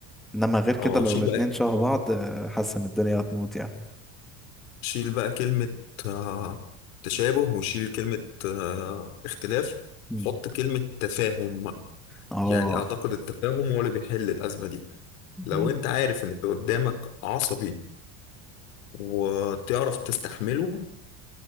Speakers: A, in the centre; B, on the left (about 85°).
A: انما غير كده
B: اه
A: لو
B: شيل
A: الاتنين
B: بقى
A: شبه بعض آه، حاسس ان الدنيا هتموت يعني
B: شيل بقى كلمة آه، تشابه وشيل كلمة آه، اختلاف
A: مم.
B: وحط كلمة تفاهم بقى.
A: اه
B: يعني أعتقد التفاهم هو اللي بيحل الأزمة دي لو
A: مم.
B: أنت عارف إن اللي قدامك عصبي وتعرف تستحمله